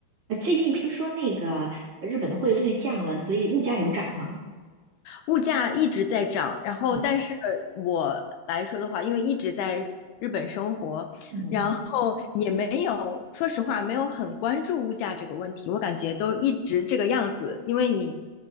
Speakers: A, on the right; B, on the left.
A: 呃，最近听说那个呃日本的汇率降了，所以物价有涨吗？
B: 物价一直在涨，然后但是我来说的话，
A: 哦，
B: 因为一直在日本生活，
A: 嗯
B: 然后也没有，说实话没有很关注物价这个问题，我感觉都一直这个样子，因为你